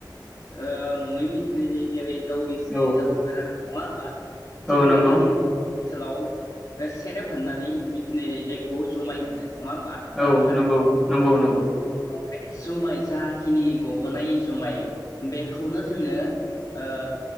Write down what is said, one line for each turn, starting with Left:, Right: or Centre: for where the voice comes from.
Left: ओ मुङै मिथिनाय जायो जेरै जौ गिसि
Centre: औ
Left: जौ गोरान नङा होमबा? थिग
Centre: औ नंगौ
Left: बेबादि सोलाव सेरेब होननानै मिथिनाय जायो जायखौ जुमाय होनो। नङा होमबा खोनादोंना?
Centre: औ नंगौ नंगौ नंगौ
Left: बे जुमाय जाखिनि गबोनाय जुमाय बेखौनो जोङो ओ